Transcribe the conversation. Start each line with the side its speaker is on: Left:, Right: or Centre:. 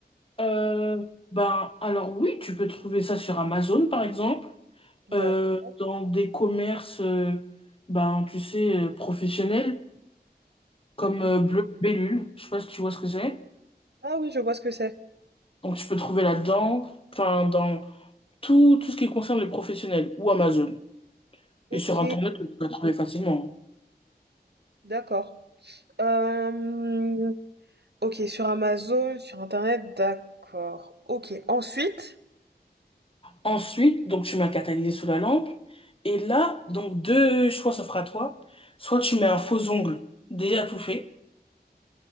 Left: Euh, ben alors oui, tu peux trouver ça sur Amazon par exemple,
Right: D'accord.
Left: euh, dans des commerces, euh, ben tu sais, euh, professionnels, comme
Right: Mhm.
Left: euh, Bleu Bellule, je sais pas si tu vois ce que c'est.
Right: Ah oui, je vois ce que c'est.
Left: Donc tu peux trouver là-dedans, enfin dans tout, tout ce qui concerne les professionnels ou Amazon.
Right: Ok,
Left: Et sur Internet, tu peux la trouver facilement.
Right: d'accord. Euh, ok, sur Amazon, sur Internet, d'accord. Ok, ensuite,
Left: Ensuite, donc tu mets un catalyseur sous la lampe. Et là, donc deux choix s'offrent à toi. Soit tu mets un faux ongle déjà tout fait.